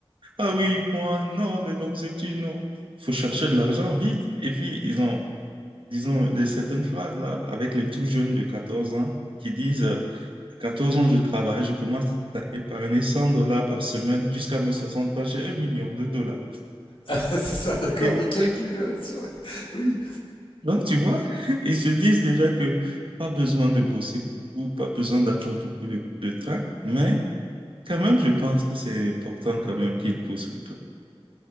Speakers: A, on the right; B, on the left.
A: Ah oui, moi, non, les longues études, non. Il faut chercher de l'argent vite. Et puis, ils ont, disons, des certaines phrases là, avec les tout jeunes de 14 ans qui disent, euh, à 14 ans, je travaille, je commence à épargner 100 dollars par semaine jusqu'à mes 60 ans, j'ai un million de dollars.
B: <laughs> c'est ça, d'accord,
A: Et
B: les calculs. euh, sur- Oui,
A: donc, tu vois, <laughs> ils se disent déjà que pas besoin de bosser beaucoup, pas besoin d'avoir beaucoup de, de temps, mais quand même, je pense que c'est important quand même qu'ils poussent un peu.